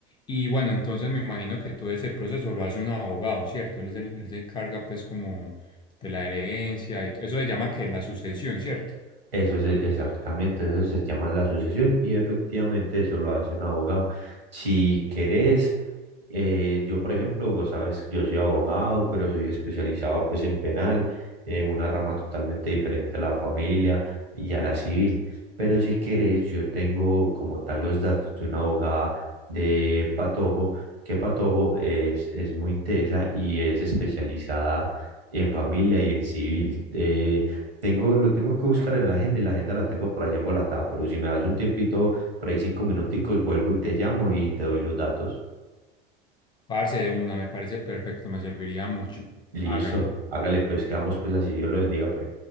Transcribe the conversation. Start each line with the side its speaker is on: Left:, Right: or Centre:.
Left: Y bueno, entonces me imagino que todo ese proceso lo hace un abogado, ¿cierto? Él, es el- él se encarga pues como de la herencia y t- eso se llama que la sucesión, ¿cierto?
Right: Eso es e- exactamente, eso se llama la sucesión y efectivamente eso lo hace un abogado. Si querés, eh, yo por ejemplo, vos sabes, yo soy abogado, pero soy especializado pues en penal, eh, una rama totalmente diferente a la familia y a la civil. Pero si querés, yo tengo como tal los datos de una abogada de Patojo, que Patojo es, es muy tesa y es especializada en familia y en civil. Eh, tengo, lo tengo que buscar en la agenda y la agenda la tengo por allá embolatada, pero si me das un tiempito, por ahí cinco minuticos, vuelvo y te llamo y te doy los datos.
Left: Parce de una, me parece perfecto, me serviría mucho.
Right: Listo,
Left: Hágale.
Right: hágale pues, quedamos pues así, Dios lo bendiga pues.